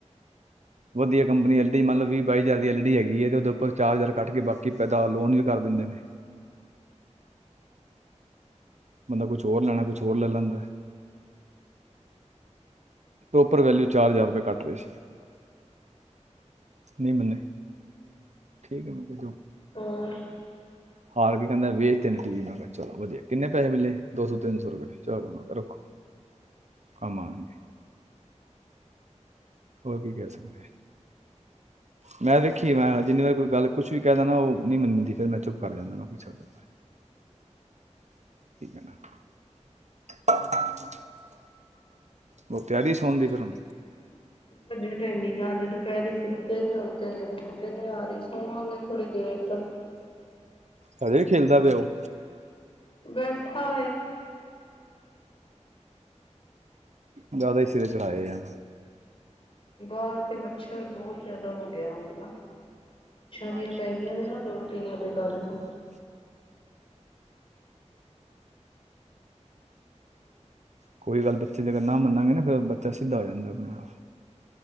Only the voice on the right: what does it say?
ਵਧੀਆ ਕੰਪਨੀ ਵਾਲੀ ਮਤਲਬ ਵੀਹ ਬਾਈ ਹਜ਼ਾਰ ਦੀ ਐਲ ਡੀ ਹੈਗੀ ਹੈ ਤੇ ਉਹਦੇ ਉੱਪਰ ਚਾਰ ਹਜ਼ਾਰ ਕੱਟ ਕੇ ਬਾਕੀ ਪੈਦਾ ਲੋਨ ਵੀ ਕਰ ਦਿੰਦੇ ਨੇ। ਬੰਦਾ ਕੁਛ ਹੋਰ ਲੈਣਾ ਕੁਛ ਹੋਰ ਲੈ ਲੈਂਦਾ। ਟੋਪਰ ਵੈਲਊ ਚਾਰ ਹਜ਼ਾਰ ਰੁਪਏ ਕੱਟ ਰਹੇ ਸੀ, ਨਹੀਂ ਮੰਨੇ ਠੀਕ ਹੈ ਮੈਂ ਕਰ
ਹਾਰ ਕੇ ਕਹਿੰਦਾ ਵੇਚ ਨੇ ਟੀ ਵੀ ਮੈਂ ਕਿਹਾ ਚਲੋ ਵਧੀਆ ਕਿੰਨੇ ਪੈਸੇ ਮਿਲੇ ਦੋ ਸੌ ਤਿੰਨ ਸੌ ਰੁਪਏ ਚਲੋ ਮੈਂ ਕਿਹਾ ਰੱਖੋ ਕੰਮ ਆਣਗੇ। ਹੋਰ ਕੀ ਕਹਿ ਸਕਦੇ, ਮੈਂ ਦੇੇਖੀ ਮੈਂ ਜਿੰਨੀ ਵਾਰ ਕੋਈ ਗੱਲ ਕੁਛ ਵੀ ਕਹਿ ਦਿੰਦਾ ਉਹ ਨਹੀਂ ਮੰਨਦੀ ਫੇਰ ਮੈਂ ਚੁੱਪ ਕਰ ਜਾਂਦਾ ਨਾ ਕੋ ਛੱਡੋ। <inaudible> ਬਹੁ ਤਿਆਰੀ ਸੋਣ ਦੀ ਫਿਰ ਹੁਣ
ਕਰੇ ਖੇਲਦਾ ਪਿਆ ਉਹ
ਜ਼ਿਆਦਾ ਹੀ ਸਿਰੇ ਚੜ੍ਹਾਏ ਆ
ਬਾਰਿਸ਼ਾਂ
ਦੀ
ਪੈ
ਗਆਂ ਨੇ
ਕੋਈ ਗੱਲ ਬੱਚੇ ਦੇ ਕਰਨਾ ਮੰਨਗੇ ਨਾ ਫੇਿਰ ਬੱਚਾ ਸਿੱਧਾ ਆ ਜਾਂਦਾ ਆਪਣੇ ਆਪ